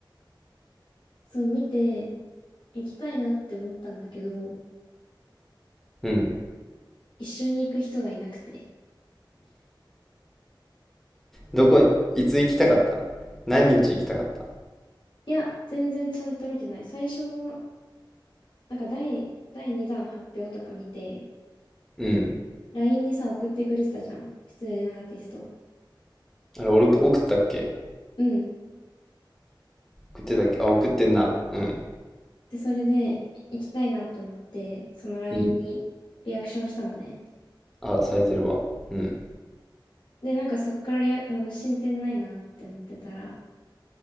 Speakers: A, on the left (about 75°); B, in the centre.
A: そう、見て、行きたいなって思ったんだけど、
B: うん。
A: 一緒に行く人がいなくて。
B: どこ、いつ行きたかった何日行きたかった
A: いや、全然ちゃんと見てない。最初の、なんか第、第2弾発表とか見て、
B: うん。
A: LINE にさ、送ってくれてたじゃん。出演アーティスト。
B: あれ、俺送ったっけ
A: うん。
B: 送ってたっけあ、送ってんな。うん。
A: で、それで、行きたいなと思って、その LINE
B: うん。
A: にリアクションしたのね。
B: あ、されてるわ。うん。
A: で、なんかそっからリア、あの、進展ないなって思ってたら、